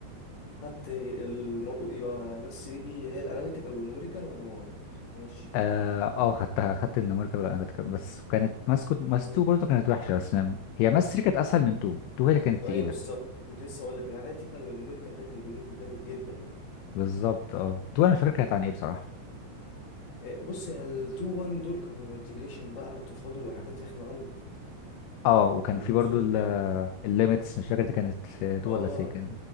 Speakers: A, on the left; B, on the left.
A: خدت المو... يبقى ماس دي دي اللي هي الاناليتيكال والنوميريكال ولا ما خدتهاش
B: اه آه، خدتها خدت النوميريكال والاناليتيكال بس كانت ماس كنت ماس
A: مم.
B: 2 برضه كانت وحشة بس هي ماس 3 كانت أسهل من 2 2 هي اللي كانت
A: ايوه
B: تقيلة
A: بالظبط كنت لسه اقول لك الاناليتيكال والنوميريكال ده كان جميل جامد جدا يعني
B: بالظبط اه 2 أنا مش فاكر كانت عن إيه بصراحة
A: آه، بص يا ال 2 1 دول كانوا انتجريشن بقى وتفاضل وحاجات رخمه قوي
B: اه وكان
A: على
B: في
A: ما
B: برضه
A: اظن يعني
B: الليميتس مش فاكر دي كانت 2
A: اه
B: ولا 3